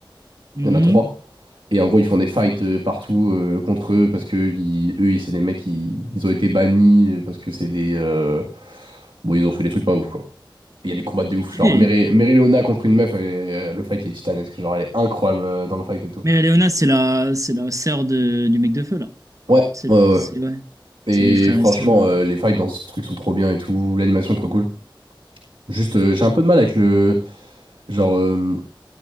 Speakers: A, on the right (about 40°); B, on the right (about 75°).
A: Mhm.
B: Il y en a trois. Et en gros, ils font des fights euh, partout euh, contre eux parce que ils- eux, ils- c'est des mecs qui ils ont été bannis euh, parce que c'est des. euh, Bon, ils ont fait des trucs pas ouf, quoi. Et Il y a des combats de ouf.
A: Stylé.
B: Genre, Mary, Mary Leona contre une meuf, elle est- euh, le fight il est titanesque. Genre, elle est incroyable euh, dans le fight et tout.
A: Mais Léona, c'est la, c'est la sœur de, du mec de feu, là.
B: Ouais,
A: C'est,
B: ouais,
A: c'est,
B: ouais.
A: ouais.
B: Et
A: C'est des frères
B: franchement,
A: et sœurs. euh.
B: euh, les fights dans ce truc sont trop bien et tout. L'animation est trop cool. Juste, euh, j'ai un peu de mal avec le. Genre, euh,